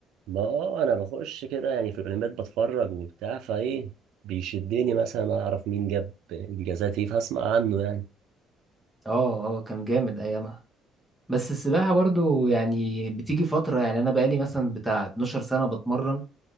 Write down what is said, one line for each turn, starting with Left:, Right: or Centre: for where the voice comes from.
Right: ما آه انا بخش كده يعني في الاولمبياد بتفرج وبتاع فايه بيشدني مثلا اعرف مين جاب انجازات ايه فاسمع عنه يعني
Centre: اه اه كان جامد ايامها بس السباحة برضو يعني بتيجي فترة يعني انا بقالي مثلا بتاع 12 سنة بتمرن